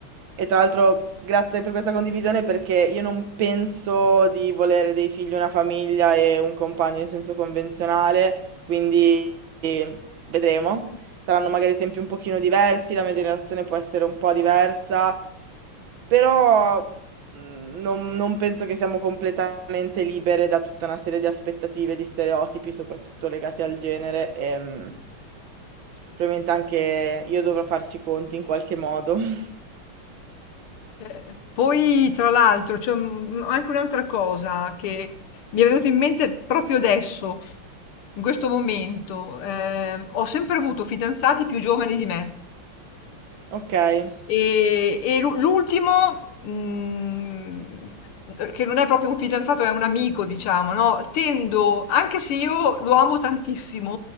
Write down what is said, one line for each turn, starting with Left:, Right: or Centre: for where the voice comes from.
Right: e tra l'altro, grazie per questa condivisione perché io non penso di volere dei figli, una famiglia e un compagno in senso convenzionale, quindi eh, vedremo. Saranno magari tempi un pochino diversi, la mia generazione può essere un po' diversa, però Mhmm, non non penso che siamo completamente libere da tutta una serie di aspettative, di stereotipi, soprattutto legati al genere, ehm, probabilmente anche io dovrò farci i conti in qualche modo. <laughs>
Left: Eh, poi tra l'altro c'è un- anche un'altra cosa che mi è venuta in mente proprio adesso, in questo momento. Ehm, ho sempre avuto fidanzati più giovani di me.
Right: Okay,
Left: E e l'u l'ultimo, mhmm, che non è proprio un fidanzato, è un amico diciamo, no, tendo anche se io lo amo tantissimo,